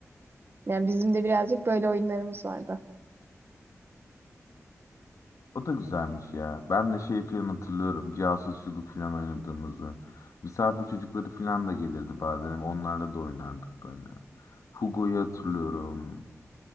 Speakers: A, on the right; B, on the left.
A: Yani bizim de birazcık böyle oyunlarımız vardı.
B: O da güzelmiş ya. Ben de şey falan hatırlıyorum. Casusçuluk falan oynadığımızı. Misafir çocukları falan da gelirdi bazen. Onlarla da oynardık böyle. Hugo'yu hatırlıyorum.